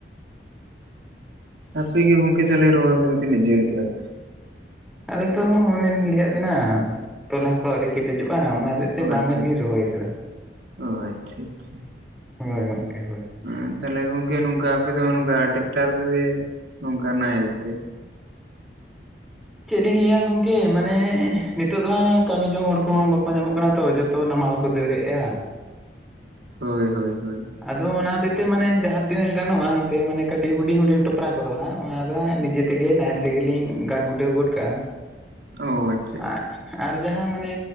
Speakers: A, on the right (about 80°); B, in the centre.
A: ᱟᱯᱮ ᱜᱮ ᱜᱚᱝᱠᱮ ᱛᱟᱦᱞᱮ ᱨᱚᱦᱚᱭ ᱠᱚᱫᱚ ᱛᱤᱱᱟᱹᱜ ᱡᱷᱟᱹᱞ ᱠᱮᱜᱼᱟ ᱯᱮ?
B: ᱟᱞᱮ ᱛᱚ ᱚᱱᱮᱞᱤᱧ ᱞᱟᱹᱭᱟᱫ ᱵᱮᱱᱟ, ᱛᱚᱞᱟ ᱠᱚ ᱟᱣᱨᱤ ᱠᱮᱴᱮᱡᱚᱜᱼᱟ᱾ ᱚᱱᱟ ᱨᱮ ᱛᱮ
A: ᱚ
B: ᱵᱟᱝ
A: ᱟᱪᱪᱷᱟ
B: ᱜᱤᱞᱤᱧ ᱨᱚᱦᱚᱭ ᱟᱠᱟᱫᱟ ᱾
A: ᱚ ᱟᱪᱪᱷᱟ ᱪᱷᱟ ᱾
B: ᱦᱳᱭ ᱜᱚᱢᱠᱮ ᱦᱳᱭ᱾
A: ᱦᱮᱸ ᱛᱟᱦᱚᱞᱮ ᱜᱚᱝᱠᱮ ᱱᱚᱝᱠᱟ ᱟᱯᱮ ᱫᱚ ᱱᱚᱝᱠᱟ ᱴᱮᱠᱴᱟᱨ ᱛᱮ ᱱᱚᱝᱠᱟ ᱥᱮ ᱱᱟᱦᱮᱞ ᱛᱮ?
B: ᱪᱮᱫ ᱤᱧ ᱞᱟᱹᱭᱟ ᱜᱚᱝᱠᱮ, ᱢᱟᱱᱮ ᱱᱤᱛᱚᱜ ᱫᱚ ᱦᱟᱜ ᱠᱟᱹᱢᱤ ᱡᱚᱝ ᱦᱚᱲ ᱠᱚᱦᱚᱸ ᱵᱟᱠᱚ ᱧᱟᱢᱚᱜ ᱠᱟᱱᱟ, ᱛᱚ ᱡᱚᱛᱚ ᱛᱚ ᱱᱟᱢᱟᱞ ᱠᱚ ᱫᱟᱹᱲᱮᱜᱼᱟ ᱾
A: ᱦᱳᱭ ᱦᱳᱭ ᱦᱳᱭ,
B: ᱟᱫᱚ ᱚᱱᱟ ᱦᱚᱛᱮ ᱛᱮ ᱢᱟᱱᱮ ᱡᱟᱦᱟᱸ ᱛᱤᱱᱟᱹᱜ ᱜᱟᱱᱚᱜᱼᱟ, ᱮᱸᱛᱮ ᱢᱟᱱᱮ ᱠᱟᱹᱴᱤᱡ ᱦᱩᱰᱤᱧ ᱦᱩᱰᱤᱧ ᱴᱚᱯᱨᱟ ᱠᱚᱫᱚ ᱦᱟᱸᱜ ᱚᱱᱟ ᱫᱚ ᱦᱟᱸᱜ ᱱᱤᱡᱮ ᱛᱮᱜᱮ ᱱᱟᱦᱮᱞ ᱛᱮᱜᱮᱞᱤᱧ ᱜᱟᱰ ᱜᱩᱰᱟᱹᱣ ᱜᱚᱫ ᱠᱟᱜᱼᱟ ᱾
A: <inaudible> ᱟᱪᱪᱷᱟ ᱟᱪᱪᱷᱟ
B: ᱟᱨ ᱟᱨ ᱡᱟᱦᱟᱸ ᱢᱟᱱᱮ